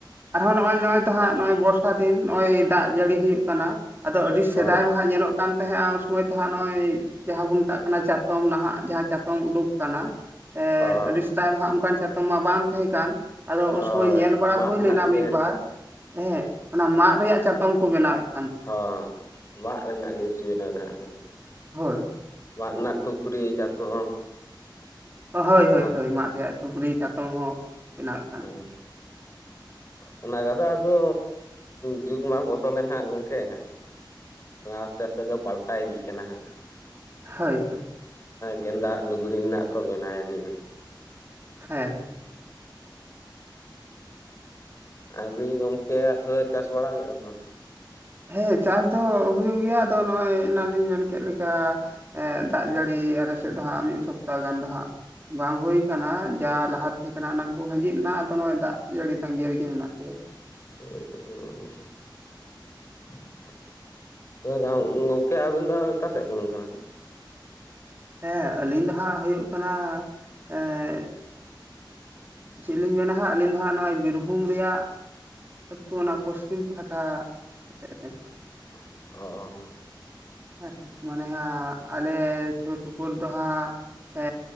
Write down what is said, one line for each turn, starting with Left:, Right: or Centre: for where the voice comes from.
Right: ᱟᱨᱦᱚᱸ ᱱᱚᱜᱼᱚᱭ ᱱᱚᱜᱼᱚᱭ ᱛᱚ ᱦᱟᱸᱜ ᱱᱚᱜᱚᱭ ᱵᱚᱨᱥᱟ ᱫᱤᱱ ᱱᱚᱜᱼᱚᱭ ᱫᱟᱜ ᱡᱟᱹᱲᱤ ᱦᱩᱭᱩᱜ ᱠᱟᱱᱟ᱾ ᱟᱫᱚ ᱟᱹᱰᱤ
Left: ᱦᱮᱸ
Right: ᱥᱮᱫᱟᱭ ᱢᱟᱦᱟᱸᱜ ᱧᱮᱞᱚᱜ ᱠᱟᱱ ᱛᱟᱦᱮᱸᱜᱼᱟ ᱩᱱ ᱥᱚᱢᱚᱭ ᱛᱚᱦᱟᱸᱜ ᱱᱚᱜᱼᱚᱭ ᱡᱟᱦᱟᱸ ᱵᱚᱱ ᱢᱮᱛᱟᱜ ᱠᱟᱱᱟ ᱪᱟᱛᱚᱢ ᱱᱟᱦᱟᱜ ᱡᱟᱦᱟᱸ ᱪᱟᱛᱚᱢ ᱩᱰᱩᱜ ᱠᱟᱱᱟ ᱮ
Left: ᱦᱮᱸ
Right: ᱟᱹᱰᱤ ᱥᱮᱫᱟᱭ ᱢᱟᱦᱟᱜ ᱚᱝᱠᱟᱱ ᱪᱟᱛᱚᱢ ᱢᱟ ᱵᱟᱝ ᱛᱟᱦᱮᱸ ᱠᱟᱱ ᱟᱫᱚ ᱩᱱ
Left: ᱦᱳᱭ
Right: ᱥᱚᱢᱚᱭ ᱧᱮᱞ ᱵᱟᱲᱟ
Left: ᱢᱟᱫ
Right: ᱦᱩᱭ
Left: ᱨᱮᱱᱟᱜ
Right: ᱞᱮᱱᱟ
Left: ᱜᱮ
Right: ᱢᱤᱫᱵᱟᱨ ᱦᱮᱸ᱾ ᱚᱱᱟ ᱢᱟᱫ ᱨᱮᱭᱟᱜ ᱪᱟᱛᱚᱢ ᱠᱚ ᱵᱮᱱᱟᱣ ᱭᱮᱫ᱾
Left: ᱦᱚᱸ ᱢᱟᱜ ᱨᱮᱱᱟᱜ ᱜᱮ <unintelligible>
Right: ᱦᱚᱭ᱾
Left: ᱢᱟᱫ ᱨᱮᱱᱟᱜ ᱴᱩᱯᱨᱤ ᱪᱟᱛᱚᱢ᱾
Right: ᱦᱚᱭ
Left: ᱚᱱᱟ
Right: ᱦᱚᱭ ᱦᱚᱭ ᱢᱟᱫ ᱨᱮᱭᱟᱜ ᱴᱩᱯᱨᱤ ᱪᱟᱛᱚᱢ ᱦᱚᱸ ᱵᱮᱱᱟᱣᱮᱫ ᱠᱟᱱ
Left: ᱦᱩᱸ᱾ ᱚᱱᱟ ᱠᱚᱫᱚ ᱟᱫᱚ ᱡᱩᱜᱽ ᱢᱟ ᱵᱚᱫᱚᱞ ᱮᱱᱟ ᱜᱚᱝᱠᱮ ᱦᱮᱸ᱾ ᱟᱥᱛᱮ ᱟᱥᱛᱮ ᱛᱮ ᱯᱟᱞᱴᱟ ᱤᱫᱤᱜ ᱠᱟᱱᱟ ᱦᱟᱸᱜ᱾
Right: ᱦᱚᱭ ᱦᱚᱭ᱾
Left: ᱜᱮᱸᱫᱟᱜ ᱞᱩᱜᱽᱲᱤ ᱨᱮᱱᱟᱜ ᱠᱚ ᱵᱮᱱᱟᱣ ᱤᱫᱤ
Right: ᱦᱮᱸ᱾
Left: ᱟᱹᱵᱤᱱ ᱜᱚᱝᱠᱮ ᱟᱥᱚᱞᱮ ᱪᱟᱥ ᱵᱟᱲᱟ ᱠᱮᱜᱼᱟ ᱵᱤᱱ?
Right: ᱦᱮᱸ ᱪᱟᱥ ᱫᱚ ᱦᱩᱭᱩᱜ ᱜᱮᱭᱟ, ᱟᱫᱚ ᱱᱚᱜᱼᱚᱭ ᱮᱱᱟᱝᱞᱤᱧ ᱢᱮᱱ ᱠᱮᱜ ᱞᱮᱠᱟ ᱮᱸ ᱫᱟᱜ ᱡᱟᱹᱲᱤ ᱟᱞᱮ ᱥᱮᱫ ᱫᱚ ᱦᱟᱸᱜ ᱢᱤᱫ ᱥᱚᱯᱛᱟ ᱦᱚ ᱜᱟᱱ ᱫᱚᱦᱟᱸᱜ ᱵᱟᱝ ᱦᱩᱭ ᱠᱟᱱᱟ ᱡᱟ ᱞᱟᱦᱟᱛᱮ ᱠᱟᱱᱟ ᱚᱱᱟ ᱠᱚ ᱦᱟᱺᱡᱤᱫᱜ ᱮᱱᱟ ᱟᱫᱚ ᱱᱚᱜᱼᱚᱭ ᱫᱟᱜ ᱡᱟᱹᱲᱤ ᱛᱟᱺᱜᱤ ᱨᱮᱜᱮ ᱢᱮᱱᱟᱜ ᱞᱮᱭᱟ᱾
Left: <inaudible> <unintelligible> ᱜᱚᱝᱠᱮ ᱟᱵᱤᱱ ᱫᱚ, ᱚᱠᱟ ᱥᱮᱫ ᱨᱤᱱ ᱠᱟᱱᱟ ᱵᱤᱱ?
Right: ᱦᱮᱸ, ᱟᱹᱞᱤᱧ ᱫᱚ ᱦᱟᱸᱜ, ᱦᱩᱭᱩᱜ ᱠᱟᱱᱟ ᱾ ᱮᱸᱻ ᱪᱮᱜ ᱞᱤᱧ ᱢᱮᱱᱟ ᱦᱟᱸᱜ, ᱟᱹᱞᱤᱧ ᱫᱚ ᱦᱟᱸᱜ, ᱱᱚᱜᱼᱚᱭ ᱵᱤᱨᱵᱷᱩᱢ ᱨᱮᱭᱟᱜ, ᱟᱹᱛᱩ ᱚᱱᱟ, ᱯᱚᱥᱪᱤᱢ ᱯᱟᱦᱴᱟ ᱥᱮᱫ ᱨᱮ,
Left: ᱚᱻ ᱾
Right: ᱦᱮᱸᱜ, ᱢᱚᱱᱮ ᱦᱟᱸᱜ, ᱟᱞᱮ ᱥᱩᱨ ᱥᱩᱯᱩᱨ ᱫᱚ ᱦᱟᱸᱜ, ᱮ